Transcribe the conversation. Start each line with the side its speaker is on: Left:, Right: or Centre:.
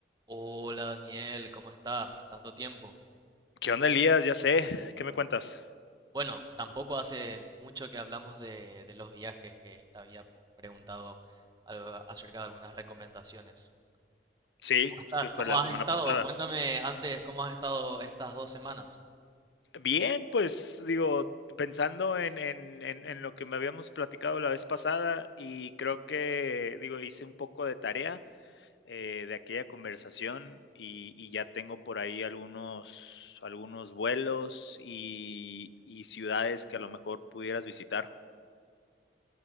Right: Hola Daniel, ¿cómo estás? Tanto tiempo.
Left: ¿Qué onda, Elías? Ya sé. ¿Qué me cuentas?
Right: Bueno, tampoco hace mucho que hablamos de, de los viajes que te había preguntado algo acerca de algunas recomendaciones.
Left: Sí,
Right: ¿Cómo estás?
Left: que fue
Right: ¿Cómo
Left: la
Right: has
Left: semana
Right: estado?
Left: pasada.
Right: Cuéntame antes cómo has estado estas dos semanas.
Left: Bien, pues digo, pensando en, en, en, en lo que me habíamos platicado la vez pasada y creo que, digo, hice un poco de tarea eh, de aquella conversación y, y ya tengo por ahí algunos, algunos vuelos y, y ciudades que a lo mejor pudieras visitar.